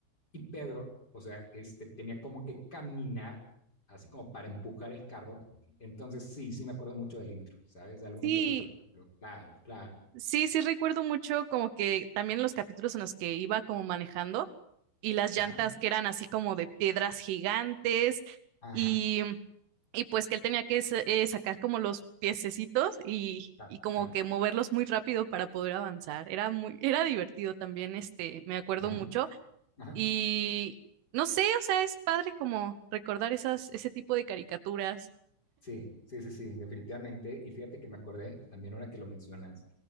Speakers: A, on the left; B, on the right.
A: Y Pedro, o sea, este, tenía como que caminar, así como para empujar el carro. Entonces, sí, sí me acuerdo mucho del intro, ¿sabes? De alguno
B: Sí,
A: que otro capítulo. Claro, claro.
B: Sí, sí recuerdo mucho como que también los capítulos en los que iba como manejando y las
A: Ajá,
B: llantas que eran así como de piedras gigantes
A: ajá,
B: y, y pues que él tenía que sa- eh, sacar como los piececitos y,
A: claro,
B: y como
A: claro.
B: que moverlos muy rápido para poder avanzar. Era muy, era divertido también, este, me acuerdo
A: Ajá,
B: mucho
A: ajá.
B: y no sé, o sea, es padre como recordar esas, ese tipo de caricaturas.
A: Sí, sí, sí, sí, definitivamente. Y fíjate que me acordé también ahora que lo mencionas.